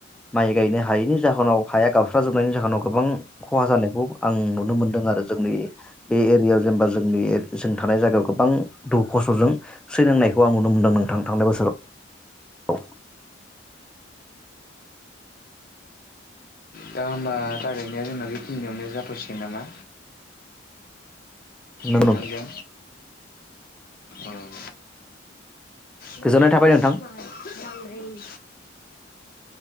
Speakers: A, in the centre; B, on the left.
A: माइ गायनो हायैनि जाहोनाव हाया गाबस्राजोबनायनि जाहोनाव गोबां खहा जानायखौ आं नुनो मोनदों आरो जोंनि बे एरिआव जेनेबा जोंनि एर जों थानाय जायगायाव गोबां दुखु खस्थ'जों सैनांनायखौ आं नुनो मोनदों नोंथां थांनाय बोसोराव
B: दा होमबा रायलाइनाया जोंना बेखिनिआवनो जाथ'सिगोन नामा?
A: नोंगौ
B: नोंथांजों ओं <unintelligible>
A: गोजोननाय
B: बांद्राय
A: थाबाय नोंथां